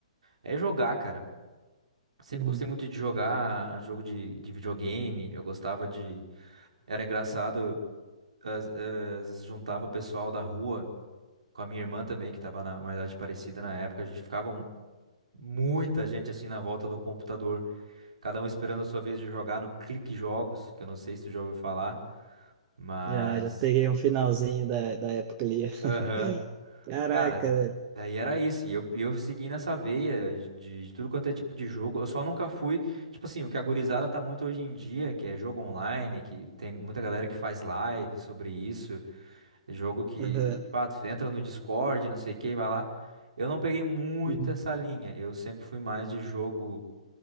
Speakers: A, on the right; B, on the right.
A: é jogar, cara. Sempre
B: uhum.
A: gostei muito de jogar jogo de, de videogame. Eu gostava de. Era engraçado, às, às vezes juntava o pessoal da rua com a minha irmã também, que estava na uma idade parecida na época. A gente ficava um- muita gente assim na volta do computador, cada um esperando a sua vez de jogar no Clique Jogos, que eu não sei se tu já ouviu falar, mas.
B: Já, já peguei um finalzinho da, da época ali.
A: Aham.
B: <laughs> Caraca,
A: Cara,
B: velho.
A: daí era isso. E eu, e eu segui nessa veia de, de tudo quanto é tipo de jogo. Eu só nunca fui. Tipo assim, o que a gurizada tá muito hoje em dia, que é jogo online, que tem muita galera que faz live sobre isso. Jogo que,
B: Aham.
A: tipo, ah, tu entra no Discord, não sei o que, vai lá. Eu não peguei muito
B: Uhum.
A: essa linha. Eu sempre fui mais de jogo.